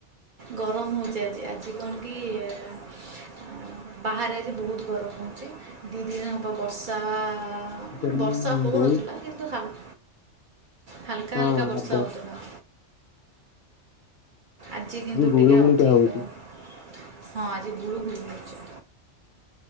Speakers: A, on the right (about 50°); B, on the left (about 65°).
A: ଗରମ ହଉଚି ଆଜି ଆଜି କଣ କି ବାହାରେ ଆଜି ବହୁତ ଗରମ ହଉଚି ଦି ଦିନ ହେବ ବର୍ଷା ମାନେ
B: ଜମି
A: ବର୍ଷା ହଉନଥିଲା
B: ବହୁତ
A: କିନ୍ତୁ ହାଲ ହାଲକା
B: ହଁ
A: ହାଲକା ବର୍ଷା
B: ହବ
A: ହଉଥିଲା। ଆଜି କିନ୍ତୁ
B: ଗୁଳୁ
A: ଟିକେ ଅଧିକ
B: ଗୁଳିଟା ହଉଛି।
A: ହଁ ଆଜି ଗୁଳୁଗୁଳି ହଉଚି।